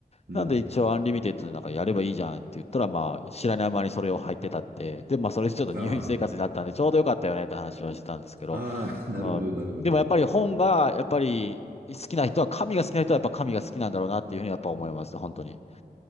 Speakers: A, on the right; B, on the left.
A: うん。
B: なんで一応、アンリミテッドでなんかやればいいじゃんって言ったら、まあ、知らない間にそれを入ってたって、で、まあ、それちょっと入院生活になったんで、
A: あ
B: ちょうどよかったよねって話はしてたんですけど、
A: あ。ああ、<laughs> なるほど、
B: あーでもやっぱり本が、
A: なるほど。
B: やっぱり好きな人は、神が好きな人はやっぱ神が好きなんだろうなっていうふうにやっぱ思います、本当に。